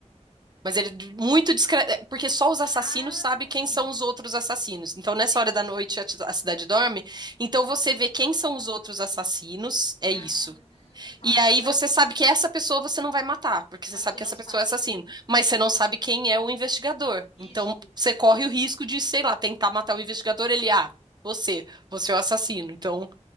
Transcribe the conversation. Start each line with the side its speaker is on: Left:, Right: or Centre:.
Right: Mas ele é muito discreto, porque só os assassinos
Left: Ah,
Right: sabem quem
Left: sim,
Right: são os outros assassinos. Então,
Left: sim.
Right: nessa hora da noite, a, ti- a cidade dorme. Então, você vê quem são os outros assassinos, é
Left: Ah,
Right: isso.
Left: tá.
Right: E
Left: Daí
Right: aí
Left: pra...
Right: você sabe que essa pessoa você não vai matar, porque
Left: Mas
Right: você sabe
Left: tu
Right: que
Left: não
Right: essa
Left: sabe
Right: pessoa é assassino, mas você não sabe quem é o investigador.
Left: isso,
Right: Então
Left: porque
Right: você corre
Left: pode.
Right: o risco de, sei lá, tentar matar o investigador, ele, ah, você, você é o assassino. Então